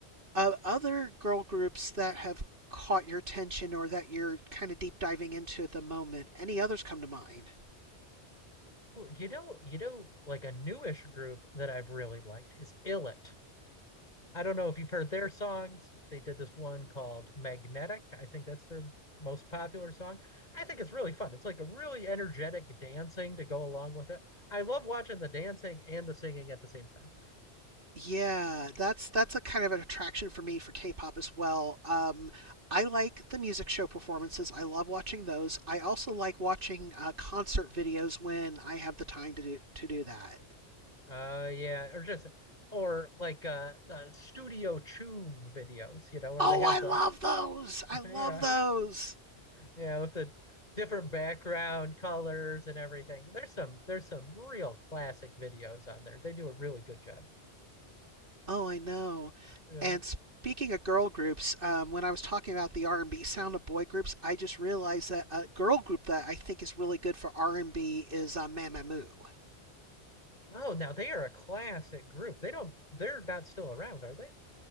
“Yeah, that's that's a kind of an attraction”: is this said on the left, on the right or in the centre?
Right